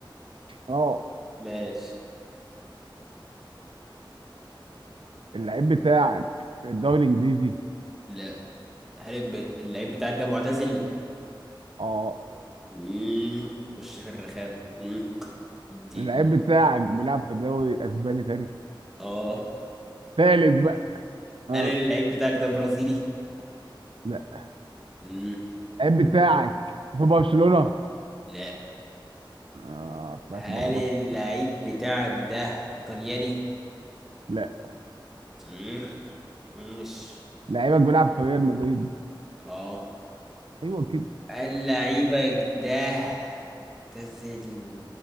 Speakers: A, on the right (about 80°); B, in the centre.
A: اه
B: ماشي
A: اللعيب بتاعك في الدوري الانجليزي
B: لا هل الب- اللعيب بتاعك ده معتزل
A: اه
B: مم. خش في الرخام مم. الدين
A: اللعيب بتاعك بيلعب في الدوري الاسباني تاني
B: اه
A: تالت بقى اه
B: هل اللعيب بتاعك ده برازيلي؟
A: لا
B: مم.
A: اللعيب بتاعك في برشلونة
B: لا
A: اه طلعت
B: هل
A: بره برشلونة
B: اللعيب بتاعك ده طلياني؟
A: لا
B: مم. مش
A: لعيبك بيلعب في ريال مدريد
B: اه
A: ايوه كده
B: هل لعيبك ده معتزل